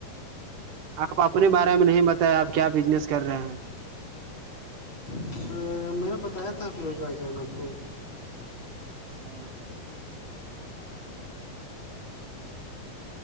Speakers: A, on the right; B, on the left.
A: آپ اپنے بارے میں نہیں بتایا آپ کیا بزنس کر رہے ہیں
B: اچھا میں نے بتایا تھا فیروز بھائی جان آپ کو
A: اچھا